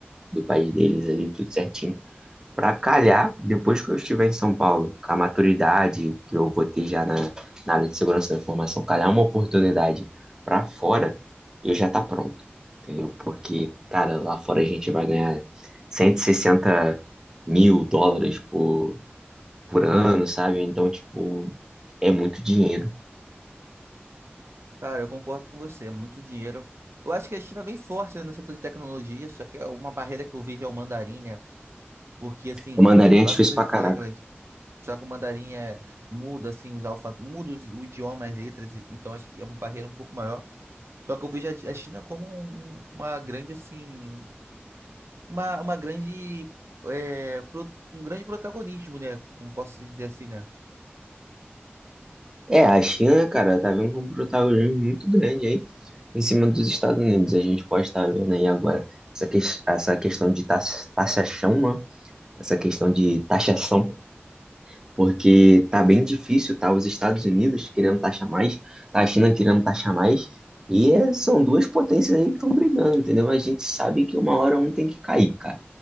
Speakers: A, on the right; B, on the right.
A: do país deles ali, tudo certinho para calhar, depois que eu estiver em São Paulo, com a maturidade que eu vou ter já na, na área de segurança da informação, calhar uma oportunidade para fora, eu já tá pronto, entendeu? Porque, cara, lá fora a gente vai ganhar 160 mil dólares por, por ano, sabe? Então, tipo, é muito dinheiro.
B: Cara, eu concordo com você. É muito dinheiro. Eu acho que a China vem forte, né, no setor de tecnologia. Só que é uma barreira que eu vejo é o mandarim, né? Porque, assim,
A: o mandarim é
B: lá
A: difícil
B: tem muita
A: pra
B: gente
A: caralho.
B: que fala inglês. Já que o mandarim é, muda assim os alfa, muda os- o idioma, as letras, e- então acho que é uma barreira um pouco maior. Só que eu vejo a a China como um- um, uma grande assim, uma, uma grande é, pro- um grande protagonismo, né? Como posso dizer assim, né?
A: É, a China, cara, tá vendo com um protagonismo muito grande aí em cima dos Estados Unidos. A gente pode estar vendo aí agora essa, ques- essa questão de tax- taxação, né? Essa questão de taxação porque tá bem difícil, tá? Os Estados Unidos querendo taxar mais, tá a China querendo taxar mais, e é- são duas potências aí que estão brigando, entendeu? Mas a gente sabe que uma hora um tem que cair, cara.